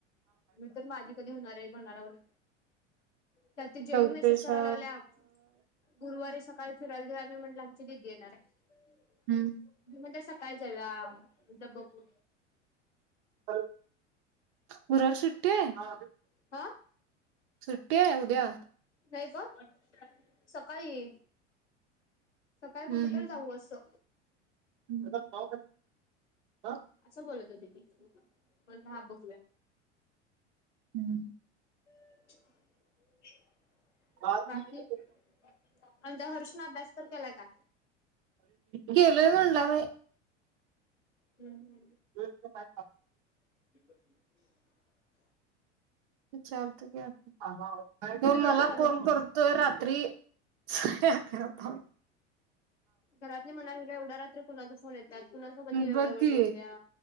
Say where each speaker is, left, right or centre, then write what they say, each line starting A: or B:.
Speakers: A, on the left; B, on the right.
A: मी तर माझी कधी होणार म्हणाय लागलो त्यात जेयू
B: चौफेसा
A: मेसेज कराय लागल्या गुरुवारी सकाळी फिरायला जाऊ मी म्हटलं आमची दिदी येणार हाय.
B: हम्म.
A: म ते स- काय झालं. हा आता बघू-
B: हॅलो, गुरुवार सुट्टीये, हा.
A: ह.
B: सुट्टी आहे उद्या.
A: नाही का सकाळी सकाळी कुठे
B: हम्म
A: तरी जाऊ असं
B: <unintelligible>
A: असं बोलत होती ती. म्हणलं हा बघूया.
B: हम्म.
A: <inaudible>
B: हम्म.
A: बाकी, आमच्या हर्ष ण अभ्यास तर केलाय का?
B: केलय म्हणला बाई.
A: हम्, हम्.
B: <unintelligible>
A: <unintelligible>
B: विचारते घे आता
A: किती
B: तो
A: वेळ
B: मला
A: झाला बघ
B: फोन करतोय रा- त्री साडेअकरा पावणे
A: घरातले म्हणालागले एवढ्या रात्री कोणाचा फो फोन् येतात? कुणासोबत एवढा
B: बग
A: वेळ
B: की,
A: बोलत्या